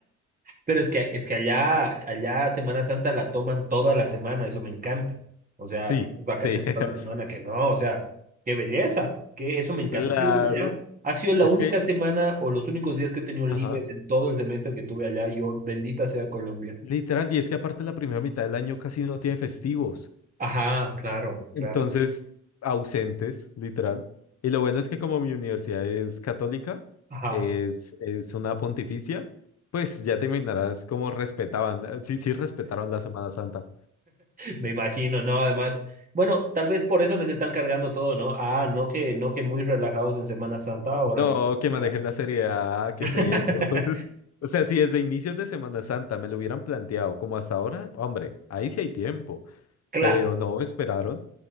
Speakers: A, on the right; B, on the left.
A: Pero es que, es que allá, allá Semana Santa la toman toda la semana, eso me encanta. O sea,
B: Sí,
A: tienes vacaciones
B: sí, <laughs>
A: toda la semana, que no, o sea, qué belleza, que eso me encantó
B: claro.
A: ir allá. Ha sido la
B: Es
A: única
B: que,
A: semana o los únicos días que he tenido
B: ajá,
A: libres en todo el semestre que tuve allá. Yo, bendita sea Colombia.
B: literal, y es que aparte la primera mitad del año casi no tiene festivos.
A: Ajá, claro,
B: Entonces,
A: claro.
B: ausentes, literal. Y lo bueno es que como mi universidad es católica,
A: Ajá,
B: es, es una pontificia, pues ya te imaginarás cómo respetaban, eh, sí, sí respetaron la Semana Santa.
A: me imagino, ¿no? Además, bueno, tal vez por eso les están cargando todo, ¿no? Ah, no que, no que muy relajados en Semana Santa, órale.
B: No, que manejen
A: Ah.
B: la seriedad, que
A: <laughs>
B: sé eso. <laughs> O sea, si desde inicios de Semana Santa me lo hubieran planteado como hasta ahora, hombre, ahí sí hay tiempo.
A: Claro,
B: Pero no, esperaron,